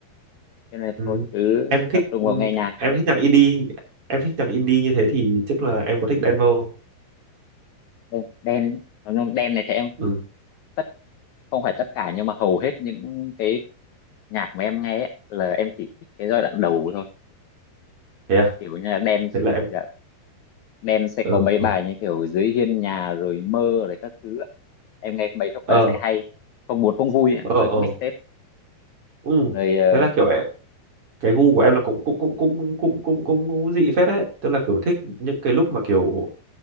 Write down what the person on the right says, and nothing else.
ừ.
em thích
ừ,
em
thích nhạc indie em thích nhạc indie như thế thì chắc là em có thích Đen Vâu
ừ
thế à
thế là em
ờ
ừ.
ờ
ờ
ờ
ừ.
thế là kiểu cái gu của em là cũng cũng
cũng cũng cũng cũng cũng, cũng dị phết đấy tức là kiểu thích những cái lúc mà kiểu